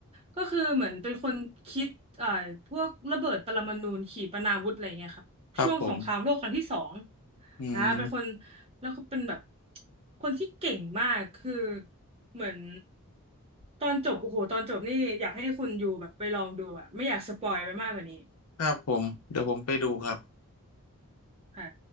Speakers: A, on the right; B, on the left.
A: ก็คือเหมือนเป็นคนคิดเอ่อพวกระเบิดปรมาณูขีปนาวุธอะไรเงี้ยค่ะช่วงสงครามโลกครั้งที่สอง
B: ครับผมอืม
A: อ่าเป็นคน แล้วก็เป็นแบบคนที่เก่งมากคือเหมือนตอนจบโอ้โหตอนจบนี่อยากให้คุณยูแบบไปลองดูอะไม่อยากสปอยไปมากกว่านี้
B: ครับผมเดี๋ยวผมไปดูครับ
A: ค่ะ